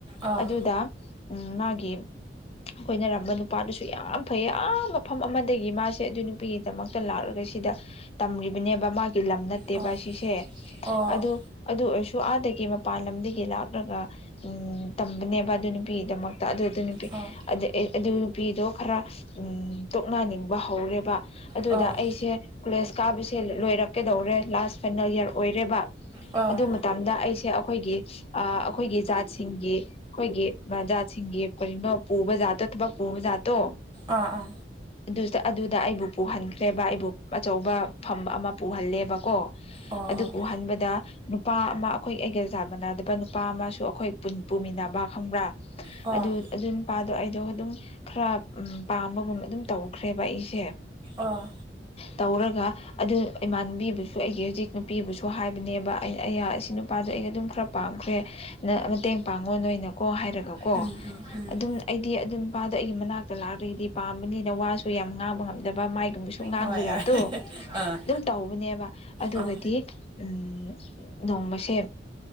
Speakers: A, on the right; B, on the left.
A: ꯑꯥ
B: ꯑꯗꯨꯗ ꯃꯥꯒꯤ ꯑꯩꯈꯣꯏꯅꯔꯝꯕ ꯅꯨꯄꯥꯗꯨꯁꯨ ꯌꯥꯝ ꯐꯩꯌꯦ ꯑꯥ ꯃꯐꯝ ꯑꯃꯗꯒꯤ ꯃꯥꯁꯦ ꯑꯗꯨ ꯅꯨꯄꯤ ꯗꯃꯛꯇ ꯂꯥꯛꯂꯒ ꯁꯤꯗ ꯇꯝꯕꯅꯦꯕ ꯃꯥꯒꯤ ꯂꯝ ꯅꯠꯇꯦꯕ
A: ꯑꯣ
B: ꯁꯤꯁꯦ
A: ꯑꯣ
B: ꯑꯗꯨ ꯑꯗꯨ ꯑꯣꯏꯔꯁꯨ ꯑꯥꯗꯒꯤ ꯃꯄꯥꯟ ꯂꯝꯗꯒꯤ ꯂꯥꯛꯂꯒ ꯎꯝ ꯇꯝꯕꯅꯦꯕ ꯑꯗꯨ ꯅꯨꯄꯤꯒꯤꯗꯃꯛ ꯇ ꯑꯗꯨ ꯑꯗꯨ ꯅꯨꯄꯤ
A: ꯑꯣ
B: ꯑꯗꯨ ꯅꯨꯄꯤꯗꯣ ꯈꯔ ꯎ ꯇꯣꯛꯅꯅꯤꯡꯕ ꯍꯧꯔꯦꯕ ꯑꯗꯨꯗ
A: ꯑꯣ
B: ꯑꯩꯁꯦ ꯀꯣꯂꯦꯖ ꯀꯥꯕꯁꯦ ꯂꯣꯏꯔꯛꯀꯗꯧꯔꯦ ꯂꯥꯁ ꯐꯥꯏꯅꯦꯜ ꯌꯔ ꯑꯣꯏꯔꯦꯕ
A: ꯑꯣ
B: ꯑꯗꯨ ꯃꯇꯝꯗ ꯑꯩꯁꯦ ꯑꯩꯈꯣꯏꯒꯤ ꯑꯩꯈꯣꯏꯒꯤ ꯖꯥꯠꯁꯤꯡꯒꯤ ꯑꯩꯈꯣꯏꯒꯤ ꯖꯥꯠꯁꯤꯡꯒꯤ ꯀꯔꯤꯅꯣ ꯄꯨꯕ ꯖꯥꯠꯇꯣ ꯊꯕꯛ ꯄꯨꯕ ꯖꯥꯠꯇꯣ
A: ꯑꯥ ꯑꯥ
B: ꯑꯗꯨꯗ ꯑꯗꯨꯗ ꯑꯩꯕꯨ ꯄꯨꯍꯟꯈ꯭ꯔꯦꯕ ꯑꯩꯕꯨ ꯑꯆꯧꯕ ꯐꯝ ꯑꯃ ꯄꯨꯍꯜꯂꯦꯕꯀꯣ
A: ꯑꯣ
B: ꯑꯗꯨꯕꯨꯍꯟꯕ ꯗ ꯅꯨꯄꯥ ꯑꯃ ꯑꯩꯈꯣꯏ ꯑꯩꯒꯦꯜ ꯆꯥꯟꯃꯤꯅꯗꯕ ꯅꯨꯄꯥ ꯑꯃꯁꯨ ꯑꯩꯈꯣꯏ ꯄꯨꯃꯤꯟꯅꯕ ꯈꯪꯕ꯭ꯔꯥ
A: ꯑꯣ
B: ꯑꯗꯨ ꯑꯗꯨ ꯅꯨꯄꯥꯗꯣ ꯑꯩꯗꯣ ꯑꯗꯨꯝ ꯈꯔ ꯎ ꯄꯥꯝꯕꯒꯨꯝ ꯑꯗꯨꯝ ꯇꯧꯈ꯭ꯔꯦꯕ ꯑꯩꯁꯦ
A: ꯑꯥ
B: ꯇꯧꯔꯒ ꯑꯗꯨ ꯏꯃꯥꯟꯕꯤꯕꯨꯁꯨ ꯑꯩꯒꯤ ꯍꯧꯖꯤꯛ ꯅꯨꯄꯤꯕꯨꯁꯨ ꯍꯥꯏꯕꯅꯦꯕ ꯑ ꯑꯩ ꯁꯤ ꯅꯨꯄꯥꯗꯣ ꯑꯩ ꯑꯗꯨꯝ ꯈꯔ ꯄꯥꯝꯈ꯭ꯔꯦ ꯅ ꯃꯇꯦꯡ ꯄꯥꯡꯉꯣ ꯅꯣꯏꯅꯀꯣ ꯍꯥꯏꯔꯒꯀꯣ
A: ꯎꯝ ꯎꯝ ꯎꯝ ꯎꯝ
B: ꯑꯗꯨꯝ ꯑꯩꯗꯤ ꯑꯗꯨꯝ ꯅꯨꯄꯥꯗ ꯑꯩꯒꯤ ꯃꯅꯥꯛꯇ ꯂꯥꯛꯂꯒꯗꯤ ꯄꯥꯝꯕꯅꯤꯅ ꯋꯥꯁꯨ ꯌꯥꯝ ꯉꯥꯡꯕ ꯉꯝꯗꯕ ꯃꯥꯏꯒꯨꯝꯕꯁꯨ ꯁꯨ ꯉꯥꯡꯕ
A: ꯍꯣꯏ ꯍꯣꯏ
B: ꯖꯥꯠꯇꯣ
A: ꯑꯥ
B: ꯑꯗꯨꯝ ꯇꯧꯕꯅꯦꯕ ꯑꯗꯨꯒꯗꯤ
A: ꯑꯥ
B: ꯎꯝ ꯅꯣꯡꯃꯁꯦ